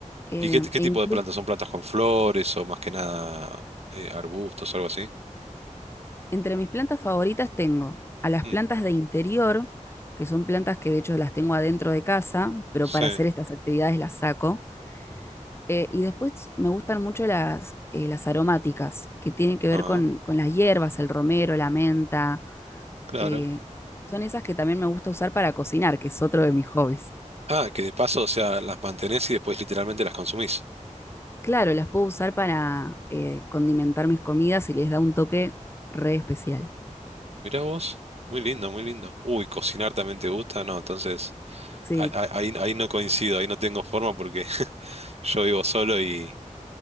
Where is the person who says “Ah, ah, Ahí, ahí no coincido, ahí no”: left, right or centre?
Right